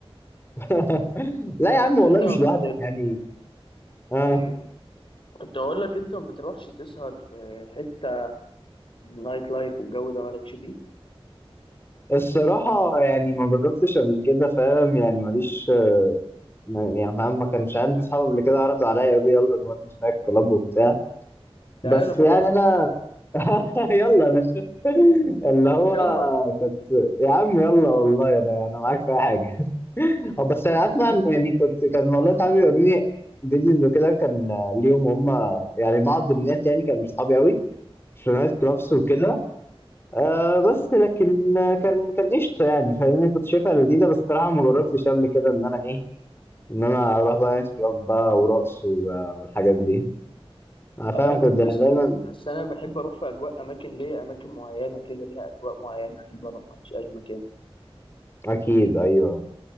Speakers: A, on the left; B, on the left.
A: <laughs> لا يا عم والله
B: انت
A: مش
B: ما بت
A: لوحدك يعني اه
B: مم. كنت اقول لك انت ما بتروحش تسهر في حته نايت لايف والجو ده مالكش فيه
A: الصراحة يعني ما جربتش قبل كده فاهم يعني ماليش آه، ما- يعني ما ما كانش عندي صحاب قبل كده عرضوا عليا يقولوا لي يلا نودي سناك كلاب وبتاع
B: تعال
A: بس
B: ابوظك
A: يعني انا <laughs> يلا يا باشا اللي هو
B: يلا
A: كنت يا عم يلا والله انا انا معاك في اي حاجه <laughs> هو بس
B: <laughs>
A: انا اسمع ان يعني كنت كان والله صحابي يوروني فيديوز وكده كان ليهم هم يعني بعض الناس يعني كانوا مش صحابي قوي في نايت كلابس
B: مم.
A: وكده آه بس
B: مم.
A: لكن آه، كان كان قشطه يعني فاهمني كنت شايفها لذيذه بس الصراحه ما جربتش قبل كده ان انا ايه ان انا اروح بقى نايت كلاب بقى ورقص و- والحاجات دي انا فاهم
B: اه لا هتتبسط
A: كنت دايما
B: بس انا بحب اروح في اجواء اماكن ليا اماكن معينه كده ليها اجواء معينه احب اروحها مش اي مكان
A: اكيد ايوه